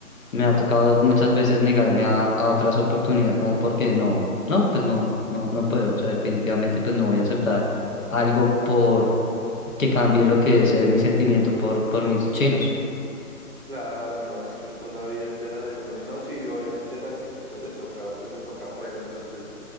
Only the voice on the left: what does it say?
me ha tocado muchas veces negarme a, a otras oportunidades, como porque no, no, pues no, no, no puedo, o sea, definitivamente pues no voy a aceptar algo por que cambie lo que es eh, mi sentimiento por, por mis chinos.